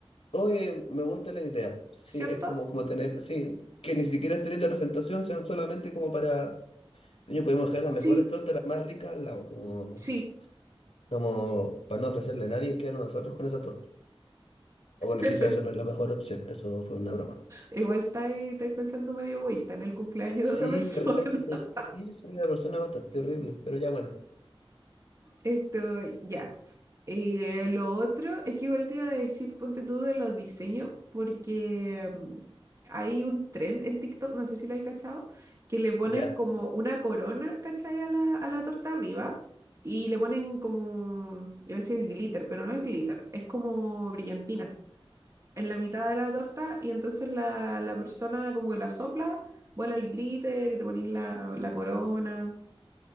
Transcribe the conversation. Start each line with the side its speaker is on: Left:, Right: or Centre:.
Left: Oye, me gusta la idea. Sí,
Right: ¿Cierto?
Left: es como, como tener, sí, que ni siquiera tener la presentación, sean solamente como para, niño, podemos dejar
Right: Sí,
Left: las mejores tortas, las más ricas al lado, como,
Right: sí.
Left: como para no ofrecerle a nadie que a nosotros con esas tortas. O
Right: <laughs>
Left: bueno, quizás eso no es la mejor opción, eso fue una broma.
Right: Igual estáis estáis pensando medio egoísta en el cumpleaños
Left: Sí,
Right: de otra persona.
Left: la verdad es
Right: <laughs>
Left: que soy, sí, soy una persona bastante horrible, pero ya bueno,
Right: Esto, ya. Eh, lo otro es que igual te iba a decir, ponte tú de los diseños, porque mm, hay un trend en TikTok, no sé si lo hay cachado, que le ponen
Left: ya.
Right: como una corona, ¿cachai? A la, a la torta arriba y le ponen como, iba a decir glitter, pero no es glitter, es como brillantina. en la mitad de la torta y entonces la, la persona como que la sopla, vuela el glitter y te pones la, la corona,